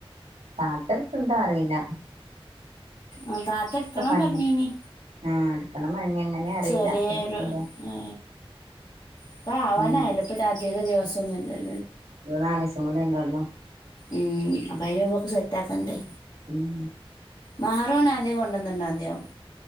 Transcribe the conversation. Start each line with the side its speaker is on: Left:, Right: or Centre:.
Right: താത്ത എടുക്ക്‌ണ്ടോറീല്ല...
Left: ആ താത്ത എടുക്കണം
Right: പറഞ്ഞ്
Left: പറഞ്ഞീന്നി....
Right: ആഹ്.... എടുക്കണം ന്നു പറഞ്ഞ് എങ്ങനെ അറിയില്ല
Left: ചെറിയൊരു.....
Right: എടുക്കണ്ടോ
Left: എ ഇപ്പ ആവാനായല്ലോ
Right: ഉം
Left: പ്പോ താഴ്ത്തിതെ... <unintelligible>
Right: നാലീസം കൂടി അല്ലേ ഒള്ളു
Left: മ് പഴയ ബോക്സ് സെറ്റ് ആക്കാനിണ്ടേ...
Right: ഉം
Left: മഹറ് ഓൻ ആദ്യ കൊണ്ടൊന്നുണ്ടാ ഒന്നാന്തിയാവും